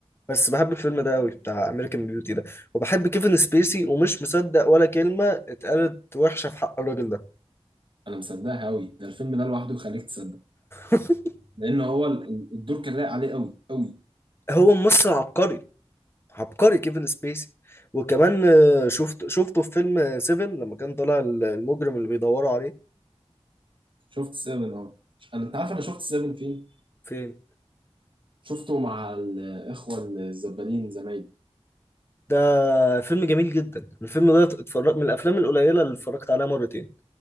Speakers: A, on the left; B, on the right.
A: بس بحب الفيلم ده قوي بتاع امريكان بيوتي ده وبحب كيفن سبيسي ومش مصدق ولا كلمة اتقالت وحشة في حق الراجل ده
B: انا مصدقها قوي ده الفيلم ده لوحده يخليك تصدق
A: <laughs>
B: لان هو ال- ال- الدور كان لايق عليه قوي قوي
A: هو ممثل عبقري عبقري كيفن سبيسي وكمان آه، شفت شفته في فيلم آه، سيفن لما كان طالع ال- المجرم اللي بيدوروا عليه
B: شفت سيفن اه انا انت عارف انا شفت سيفن فين؟
A: فين
B: شفته مع الاخوه الزبالين زمايلي
A: ده فيلم جميل جدا الفيلم ده اتفرجت من الافلام القليله اللي اتفرجت عليها مرتين